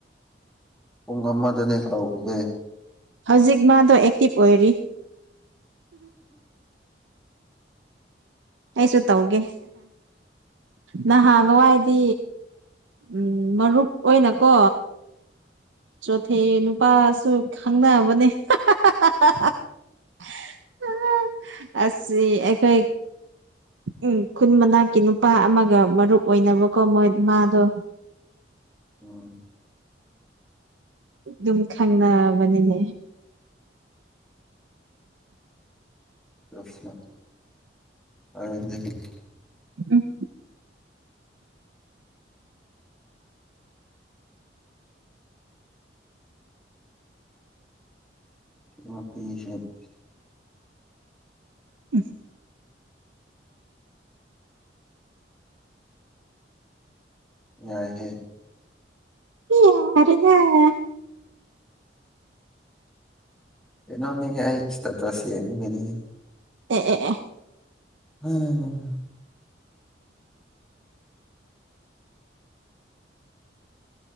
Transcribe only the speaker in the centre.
ꯄꯨꯡ ꯑꯃꯗꯅꯦ ꯇꯧꯕꯁꯦ
ꯎꯝ
ꯆꯁ ꯑ <unintelligible>
<unintelligible>
ꯌꯥꯢꯍꯦ
ꯀꯩꯅꯣꯅꯤꯍꯦ ꯑꯩ ꯏꯁꯇꯦꯇꯁ ꯌꯦꯡꯕꯅꯤ
<unintelligible>